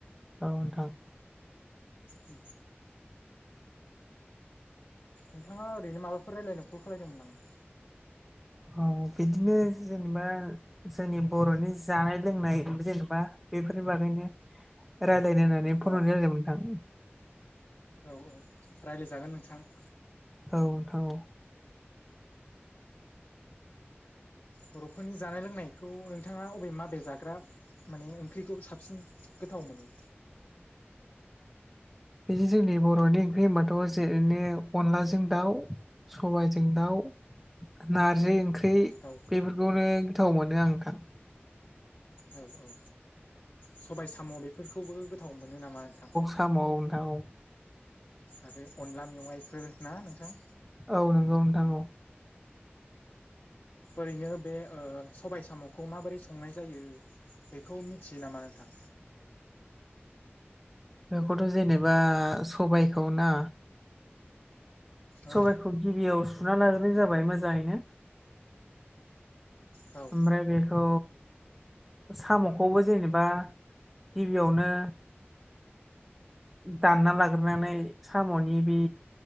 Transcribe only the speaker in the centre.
औ नोंथां।
औ बिदिनो जेनेबा जोंनि बर'नि जानाय लोंनाय जेनेबा बेफोरनि बागैनो। रायलायनो होननानै
फन हरनाय जादोंमोन नोंथां।
औ औ
बिदि जोंनि बर'नि ओंख्रि होमबाथ' जेरैनो अनलाजों दाउ। सबाइजों दाउ, नारजि ओंख्रि
बेफोरखौनो गोथाव मोनो आं नोंथां।
<unintelligible>
औ नंगौ नोंथां औ
बेखौथ' जेनेबा सबायखौ ना?
सबाइखौ गिबियाव सुना लाग्रोनाय जाबाय मोजाङैनो।
ओमफ्राय बेखौ साम'खौबो जेनेबा गिबियावनो दानना लाग्रोनानै साम'नि बि